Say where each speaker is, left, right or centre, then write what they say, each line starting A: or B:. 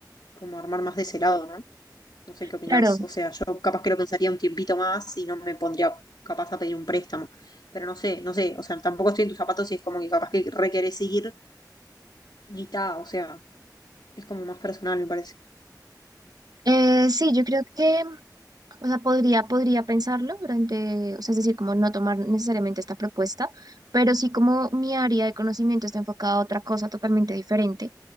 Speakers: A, on the left (about 70°); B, on the right (about 60°).
A: como armar más de ese lado, ¿no? No sé qué opinás.
B: Claro,
A: O sea, yo capaz que lo pensaría un tiempito más y no me pondría capaz a pedir un préstamo. Pero no sé, no sé. O sea, tampoco estoy en tus zapatos y es como que capaz que requerés ir ni ta. O sea, es como más personal, me parece.
B: eh, sí, yo creo que, o sea, podría, podría pensarlo durante, o sea, es decir, como no tomar necesariamente esta propuesta, pero sí como mi área de conocimiento está enfocada a otra cosa totalmente diferente,